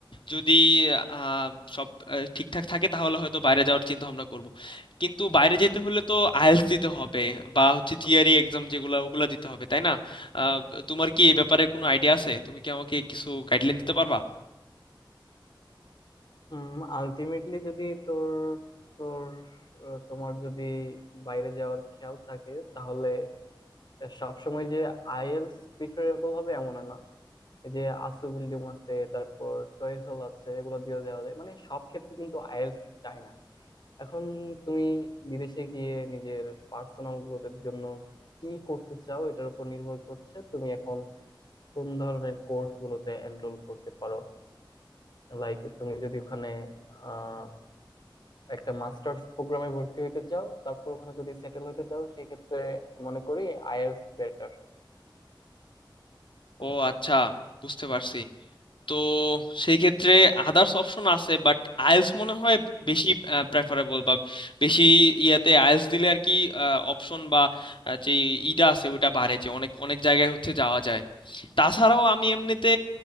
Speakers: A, on the left; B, on the left.
A: যদি আহ, সব আহ, ঠিকঠাক থাকে তাহলে হয়তো বাইরে যাওয়ার চিন্তা ভাবনা করব কিন্তু বাইরে যেতে হলে তো আইএলটিএস দিতে হবে বা হচ্ছে জিআরই এক্সাম যেগুলো ওগুলো দিতে হবে তাই না আহ, তোমার কি এই ব্যাপারে কোনো আইডিয়া আছে তুমি কি আমাকে কিছু গাইডলাইন দিতে পারবা
B: হুম আলটিমেটলি যদি তোর তোর আহ, তোমার যদি বাইরে যাওয়ার খেয়াল থাকে তাহলে সবসময় যে আইএলস প্রিফারেবল হবে এমন না এই যে আসু বিল্ডিং আছে তারপর টয়ফেল আছে এগুলো দিয়ে যাওয়া যায় মানে সব ক্ষেত্রে কিন্তু আইএলস চায় না এখন তুমি বিদেশে গিয়ে নিজের পার্সোনাল গ্রোথের জন্য কি করতে চাও এটার উপর নির্ভর করছে তুমি এখন কোন ধরনের কোর্স গুলোতে এনরোল করতে পারো লাইক তুমি যদি ওখানে আহ, একটা মাস্টার্স প্রোগ্রামে ভর্তি হইতে চাও তারপর ওখানে যদি সেটেল হইতে চাও সেই ক্ষেত্রে মনে করি আইএলস বেটার
A: ও আচ্ছা বুঝতে পারছি তো সেই ক্ষেত্রে আদার্স অপশন আছে বাট আইএলস মনে হয় বেশি প্রেফারেবল বা বেশি ইয়াতে আইএলস দিলে আর কি অপশন বা আহ, যে ইটা আছে ওটা বাড়ে যে অনেক অনেক জায়গায় হচ্ছে যাওয়া যায় তাছাড়াও আমি এমনিতে